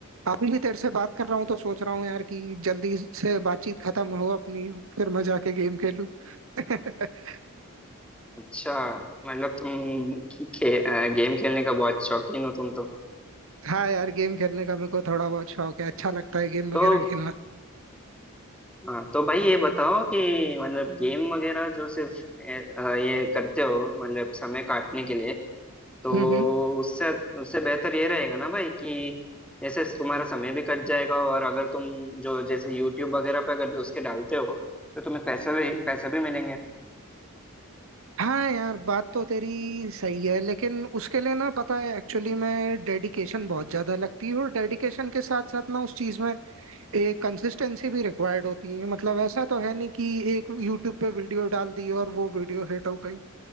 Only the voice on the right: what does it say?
अभी भी तेरे से बात कर रहा हूँ तो सोच रहा हूँ यार कि जल्दी से बातचीत खत्म हो अपनी फिर मैं जाके गेम खेलूं <laughs>
हाँ यार गेम खेलने का मेरे को थोड़ा बहुत शौक है अच्छा लगता है गेम
वगैरह खेलना
हम्म हम्म।
हाँ यार बात तो तेरी सही है लेकिन उसके लिए ना पता है एक्चुअली मैं डेडिकेशन बहुत ज्यादा लगती है और डेडिकेशन के साथ साथ ना उस चीज में एक कंसिस्टेंसी भी रिक्वायर्ड होती है मतलब ऐसा तो है नहीं कि एक यूट्यूब पे वीडियो डाल दी और वो वीडियो हिट हो गई